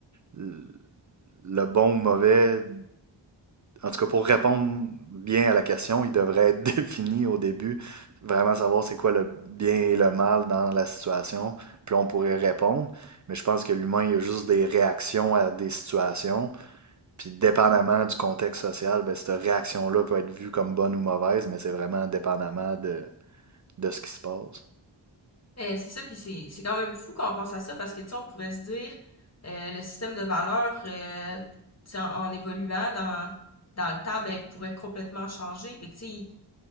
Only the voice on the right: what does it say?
le, le bon ou mauvais en tout cas, pour répondre bien à la question, il devrait être <laughs> défini au début, vraiment savoir c'est quoi le bien et le mal dans la situation, puis là, on pourrait répondre. Mais je pense que l'humain, il a juste des réactions à des situations. Puis dépendamment du contexte social, ben, cette réaction-là peut être vue comme bonne ou mauvaise, mais c'est vraiment dépendamment de, de ce qui se passe.